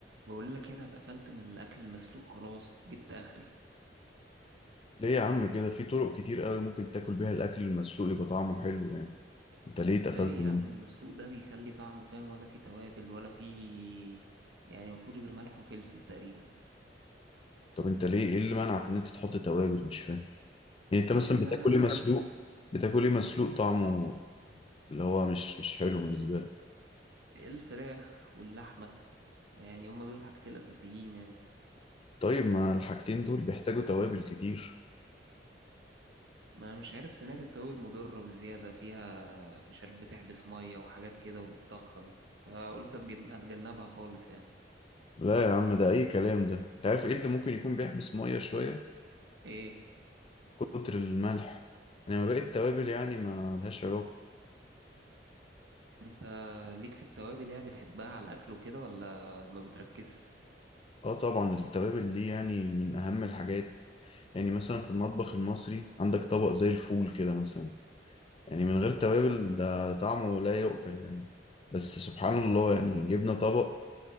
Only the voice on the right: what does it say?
بقول لك ايه، انا اتقفلت من الاكل المسلوق خلاص جبت اخري
ازاي
يا
عم المسلوق ده بيخلي طعمه فاهم ولا فيه توابل ولا فيه يعني مفهوش غير ملح وفلفل تقريبا
سمعت
انها
الفراخ واللحمه يعني هما دول الحاجتين الاساسيين يعني
ما مش عارف سمعت التوابل مضره وزياده فيها مش عارف بتحبس ميه وحاجات كده وبتطخن فقلت أتجن- اتجنبها خالص يعني
ايه
انت ليك في التوابل يعني بتحبها على الاكل وكده ولا ما بتركزش